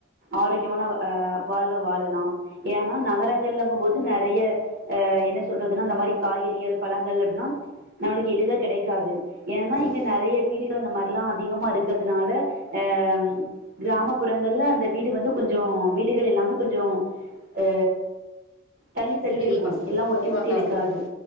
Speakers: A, on the right; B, on the left.
A: ஆரோக்கியமான அ வாழ்வ வாழுலா ஏன்னா நகரங்கள்லங்க போது நெறைய அ என்ன சொல்றதுன்னா அந்த மாரி காய்கறிகள் பழங்கள் அப்டின்னா நம்மளுக்கு எளிதா கெடைக்காது ஏன்னா
B: ம்
A: இங்க நெறைய வீடுக இந்த மாரிலா அதிகமா இருக்குறதுனால அ கிராமப்புறங்கள்ல அந்த வீடு வந்து கொஞ்சோ வீடுகள் இல்லாம கொஞ்சோ அ தள்ளி தள்ளி
B: வீடுகள்
A: இருக்கு
B: கம்மியா
A: எல்லா ஒட்டி
B: குறைவாதா
A: ஒட்டி இருக்காது
B: இருக்கு